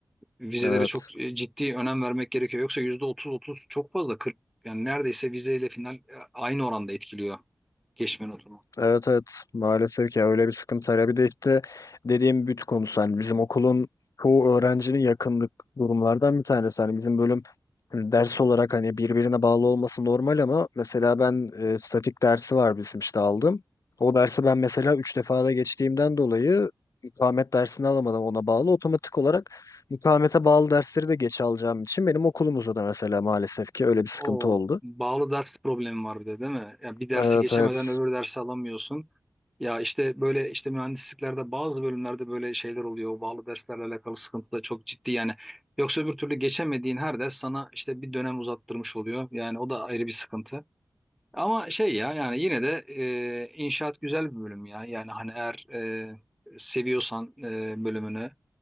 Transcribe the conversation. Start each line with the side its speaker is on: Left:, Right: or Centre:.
Centre: vizelere
Left: Evet.
Centre: çok e, ciddi önem vermek gerekiyor. Yoksa yüzde otuz otuz çok fazla 40 yani neredeyse vizeyle final e, aynı oranda etkiliyor geçme notunu.
Left: Evet evet maalesef ya öyle bir sıkıntı var. Ya Bir de işte dediğim büt konusu hani bizim okulun çoğu öğrencinin yakınlık durumlardan bir tanesi. Hani bizim bölüm hani ders olarak hani birbirine bağlı olması normal ama mesela ben e, statik dersi var bizim işte aldım. O dersi ben mesela 3 defa da geçtiğimden dolayı mukavemet dersini alamadım ona bağlı. Otomatik olarak mukavemete bağlı dersleri de geç alacağım için benim okulumuzda da mesela maalesef ki öyle bir sıkıntı
Centre: O
Left: oldu.
Centre: bağlı ders problemi var bir de değil mi? Ya bir dersi
Left: Evet
Centre: geçemeden
Left: evet.
Centre: öbür dersi alamıyorsun. Ya işte böyle işte mühendisliklerde bazı bölümlerde böyle şeyler oluyor. O bağlı derslerle alakalı sıkıntı da çok ciddi yani. Yoksa öbür türlü geçemediğin her ders sana işte bir dönem uzattırmış oluyor. Yani o da ayrı bir sıkıntı. Ama şey ya yani yine de e, inşaat güzel bir bölüm ya. Yani hani eğer e, seviyorsan e, bölümünü